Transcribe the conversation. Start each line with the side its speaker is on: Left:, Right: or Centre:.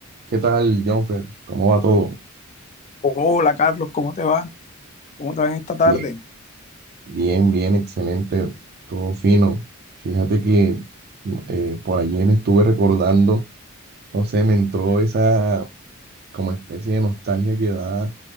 Right: ¿Qué tal, Jonfer? ¿Cómo va todo?
Left: Hola Carlos, ¿cómo te va? ¿Cómo te va en esta tarde?
Right: Bien, bien, bien, excelente, todo fino. Fíjate que mm, eh, por allí me estuve recordando, no sé, me entró esa como especie de nostalgia que da